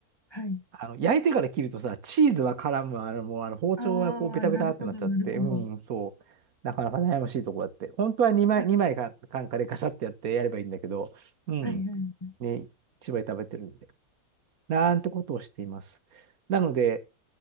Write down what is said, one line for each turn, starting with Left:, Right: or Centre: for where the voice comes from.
Left: はい。
Right: あの、焼いてから切るとさ、チーズは絡む、あの、もうあの包丁がこうベタベタってなっちゃって、
Left: ああ、なるほど、なるほど。
Right: うん、そう。なかなか悩ましいとこだって。本当は2枚、
Left: はい、
Right: 二枚か、カンカでガシャってやってやればいいんだけど、うん、
Left: はい、はい。
Right: ね、一枚食べてるんで。なんてことをしています。なので、